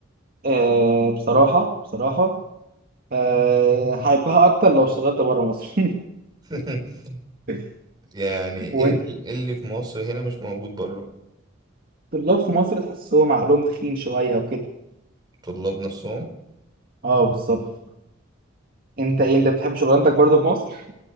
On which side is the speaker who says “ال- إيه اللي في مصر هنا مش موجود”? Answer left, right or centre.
Right